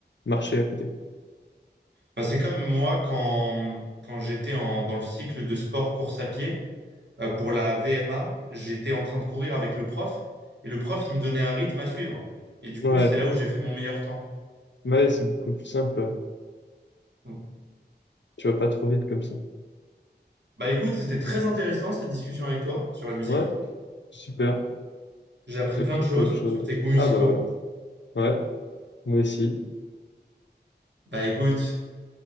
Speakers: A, on the left; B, on the right.
A: marché à côté.
B: Bah, c'est comme moi quand, quand j'étais en, dans le cycle de sport course à pied. Euh, pour la VMA, j'étais en train de courir avec le prof et le prof, il me donnait un rythme à suivre. Et du
A: Ouais,
B: coup, c'est là où j'ai fait mon meilleur temps.
A: ouais, c'est beaucoup plus simple. ouais.
B: Donc,
A: Tu vas pas trop vite comme ça.
B: Bah écoute, c'était très intéressant cette discussion avec toi sur la musique.
A: Ouais, super.
B: J'ai appris
A: J'ai appris
B: plein de choses
A: plein de choses.
B: sur tes goûts musicaux.
A: Ah bah voilà. Ouais, moi aussi.
B: Bah écoute,